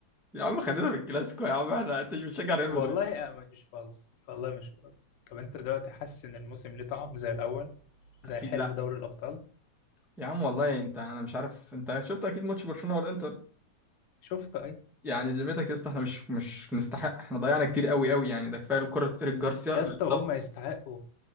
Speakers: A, in the centre; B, on the left.
A: يا عم خلينا في الكلاسيكو يا عم احنا انت مش بتشجع ريال
B: والله
A: مدريد
B: أنا مش بهزر والله مش بهزر طب انت دلوقتي حاسس ان الموسم ليه طعم زي الاول زي
A: اكيد
B: حلم
A: لا
B: دوري الابطال
A: يا عم والله انت انا مش عارف انت شفت اكيد ماتش برشلونة والانتر
B: شفته اي
A: يعني ذمتك يا اسطى احنا مش مش نستحق احنا ضيعنا كتير قوي قوي يعني ده كفايه كرة ايريك جارسيا
B: يا
A: اللي
B: اسطى وهم
A: طب
B: يستحقوا